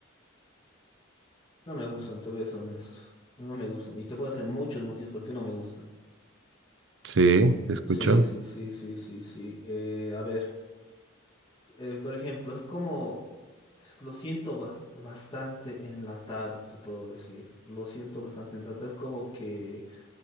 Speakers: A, on the left; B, on the right.
A: No me gustan, te voy a ser honesto. No me gustan. Y te puedo decir muchos motivos por qué no me gustan.
B: Sí, te escucho.
A: Sí, sí, sí, sí, sí, sí. Eh, a ver, eh, por ejemplo, es como, es- lo siento bas- bastante enlatado, te puedo decir. Lo siento bastante enlatado. Es como que...